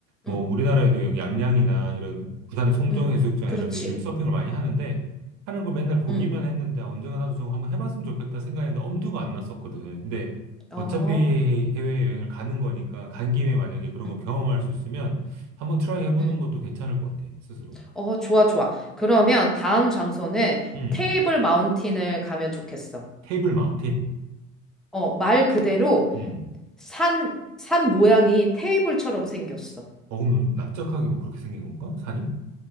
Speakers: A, in the centre; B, on the right.
A: 응,
B: 뭐 우리나라에도 여기 양양이나 이런 부산의 송정해수욕장
A: 응. 그렇지.
B: 이런 데 요즘에 서핑을 많이 하는데 하는 걸 맨날 보기만
A: 응.
B: 했는데 아, 언젠가 나도 좀 한번 해봤으면 좋겠다 생각했는데 엄두가 안 났었거든. 근데
A: 어.
B: 어차피 해외여행을 가는 거니까 간 김에 만약에 그런
A: 음.
B: 걸 경험할 수 있으면 한번 트라이 해보는
A: 음.
B: 것도 괜찮을 것 같아. 스스로.
A: 어, 좋아, 좋아. 그러면
B: 음.
A: 다음 장소는
B: 음.
A: 테이블 마운틴을 가면 좋겠어.
B: 테이블 마운틴.
A: 어, 말 그대로
B: 음.
A: 산, 산 모양이 테이블처럼 생겼어.
B: 어, 그럼 납작하게 뭐 그렇게 생긴 건가? 산이?